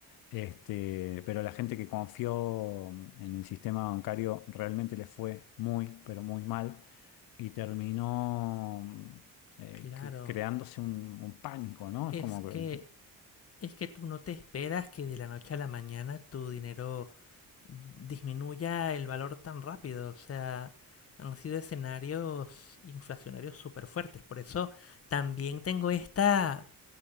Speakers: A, on the left (about 75°); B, on the left (about 40°).
A: Este, pero la gente que confió mm, en el sistema bancario realmente le fue muy, pero muy mal y terminó mm, eh,
B: Claro,
A: cre- creándose un, un pánico, ¿no?
B: es
A: Es como que,
B: que Es que tú no te esperas que de la noche a la mañana tu dinero disminuya el valor tan rápido. O sea, han sido escenarios inflacionarios súper fuertes. Por eso también tengo esta,